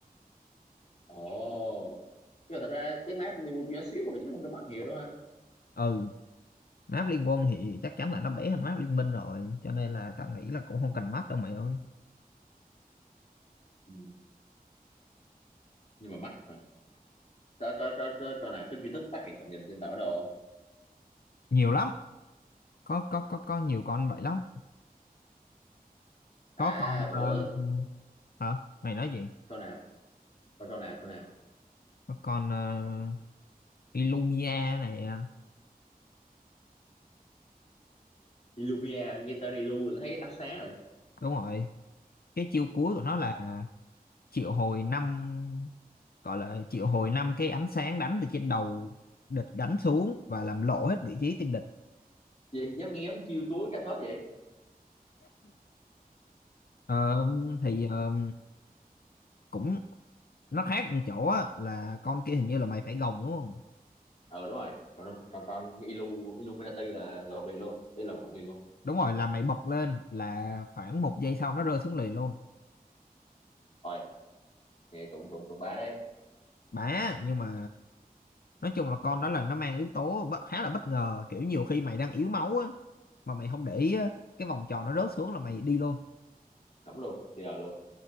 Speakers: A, on the left; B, on the left.
A: ồ nhưng mà thật ra cái map Liverpool nhỏ xíu rồi chứ không có mắt nhiều đâu ha
B: ừ map liên quân thì chắc chắn là nó bẻ hơn map liên minh rồi cho nên là ta nghĩ là cũng không cần mắt đâu mày ơi
A: ừ. nhưng mà mắt hả cho cho cho cho cho nào trên YouTube phát hiện tầm nhìn trên tàu bản đồ không
B: nhiều lắm có có có có nhiều con vậy lắm có
A: à
B: con
A: bữa
B: ờ, hả mày nói gì
A: cho nào cho cho nào cho nào
B: có con uh, Illumia này à?
A: Illumia nghe tên Illu là thấy ánh sáng rồi
B: đúng rồi cái chiêu cuối của nó là triệu hồi năm gọi là triệu hồi năm cái ánh sáng đánh từ trên đầu địch đánh xuống và làm lộ hết vị trí tên địch
A: gì dám nghe dám chiêu chuối tra thớt vậy
B: Ờ, thì ờ, cũng nó khác một chỗ á, là con kia hình như là mày phải gồng đúng không
A: ừ đúng rồi tròn tròn tròn Illu Illuminati là gọn liền luôn ý là gọn liền luôn
B: đúng rồi là mày bật lên là khoảng một giây sau nó rơi xuống liền luôn
A: rồi nghe trụng trụng trụng ba đấy
B: bả nhưng mà nói chung là con đó là nó mang yếu tố bất- khá là bất ngờ kiểu nhiều khi mày đang yếu máu á mà mày không để ý á, cái vòng tròn nó rớt xuống là mày đi luôn
A: nắm luôn thì rồi luôn